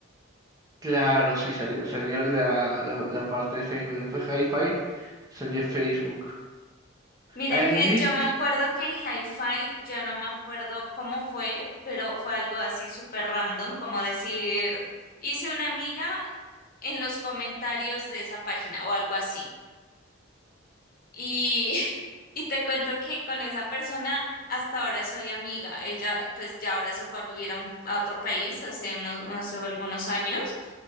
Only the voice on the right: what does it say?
Claro, sí, sali- salió, la, la, la parte de Facebook. Después Hi-Fi salió Facebook.
Irish,